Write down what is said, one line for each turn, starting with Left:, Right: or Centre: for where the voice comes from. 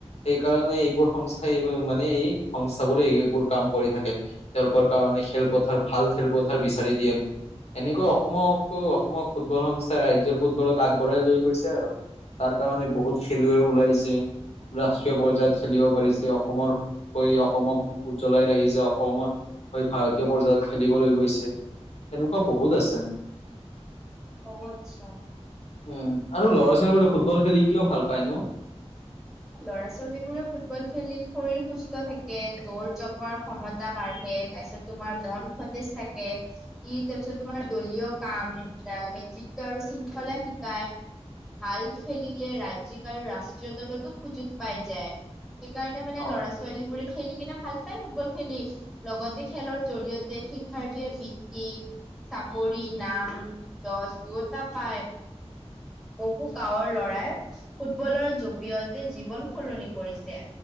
Left: সেইকাৰণে এইবোৰ সংস্থাই এইবোৰ মানে এই সংস্থাবোৰে এইবোৰ কাম কৰি থাকে তেওঁলোকৰ কাৰণে খেলপথাৰ ভাল খেলপথাৰ বিচাৰি দিয়ে এনেকৈ অসমক অসমক ফুটবল সংস্থাই ৰাজ্যৰ ফুটবলক আগবঢ়াই লৈ গৈছে আৰু তাৰ কাৰণে বহুত খেলুৱৈ ওলাইছে ৰাষ্ট্ৰীয় পৰ্যায়ত খেলিব পাৰিছে অসমৰ হৈ অসমক উজ্জ্বলাই ৰাখিছে অসমৰ হৈ ভাৰতীয় পৰ্যায়ত খেলিবলৈ গৈছে তেনেকুৱা বহুত আছে
Centre: অ আচ্ছা
Left: উম আৰু ল'ৰা ছোৱালীবোৰে ফুটবল খেলি কিয় ভাল পায় নো
Centre: ল'ৰা ছোৱালী বোৰে ফুটবল খেলি শৰীৰ সুস্থ থাকে দৌৰ জপৰ ক্ষমতা বাঢ়ে তাৰ পিছত তোমাৰ মন সতেজ থাকে কি তাৰপিছত তোমাৰ দলীয় কাম নেতৃত্ব আৰু শৃংখলা শিকায় ভাল খেলিলে ৰাজ্যিক আৰু ৰাষ্ট্ৰীয় দলটো সুযোগ পাই যায়। সেইকাৰণে মানে
Left: অ
Centre: লৰা- ছোৱালী বোৰে খেলি কিনে ভাল পায় ফুটবল খেলি। লগতে খেলৰ জৰিয়তে শিক্ষাৰ্থীয়ে বৃত্তি চাকৰি, নাম যছ দুটা পায়। বহু গাঁৱৰ ল'ৰাই ফুটবলৰ জৰিয়তে জীৱন সলনি কৰিছে।